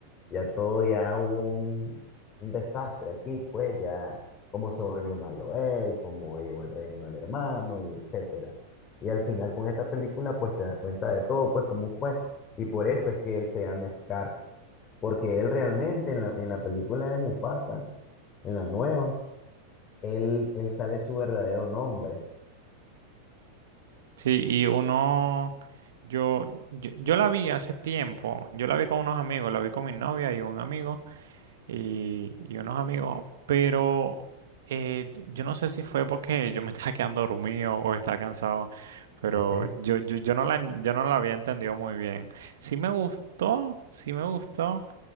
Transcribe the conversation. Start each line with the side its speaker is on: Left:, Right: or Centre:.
Left: ya todo, ya hubo un, un desastre aquí, pues, ya cómo se volvió malo él, cómo llegó el reino del hermano, y etcétera. Y al final con esta película, pues te das cuenta de todo, pues cómo fue. Y por eso es que él se llama Scar, porque él realmente en la, en la película de Mufasa, en la nueva, él, él sale su verdadero nombre,
Right: sí, y uno, yo, yo, yo la vi hace tiempo, yo la vi con unos amigos, la vi con mi novia y un amigo y, y unos amigos, pero eh, yo no sé si fue porque yo me <laughs> estaba quedando dormido o estaba cansado, pero
Left: ¿ok?
Right: yo, yo, yo no la, yo no la había entendido muy bien. Sí me gustó, sí me gustó.